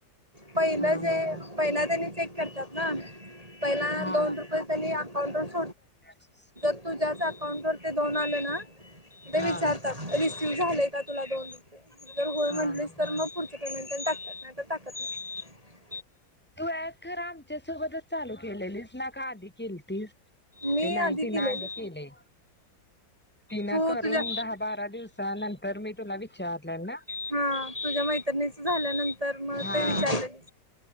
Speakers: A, on the right; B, in the centre.
A: पहिलं
B: हा
A: जे
B: हा
A: पहिला त्यांनी. चेक करतात. ह पहिला
B: हा
A: दोन रुपये झाली. हो दुस
B: <unintelligible>
A: तुझ्याच अकाउंट वर ते दोन आले ना? विचारत.
B: हा हा
A: झाले का तुला दोन? जर होय
B: हा
A: म्हटलीस
B: हा.
A: तर मग पुढच्या प टाकत नाही आ तर टाकत नाही.
B: तू खर आमच्या सोबतच चालू केलेली. ना का आधी केली ती?
A: मी
B: ते नाहीतीि
A: केलेलं
B: ना आधी केले. तिन
A: तू
B: करून
A: तुझ्या
B: दहा बारा दिवसा नंतर मी तुला वि चार ना
A: हा तुझ्या मैत्रिणीच झाल्यानंतर मग
B: हा
A: ते विचारलेली